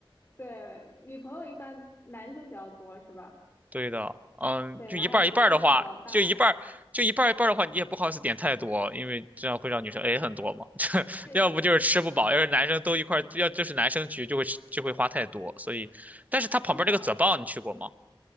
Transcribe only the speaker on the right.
对的，嗯，
就一半儿一半儿的话，
就一半儿就一半儿一半儿的话，你也不好意思点太多，因为这样会让女生 A 很多嘛。<laughs>
这要不就是吃不饱，要是男生都一块儿要就是男生局就会吃就会花太多。所以，但是他旁边那个泽棒你去过吗？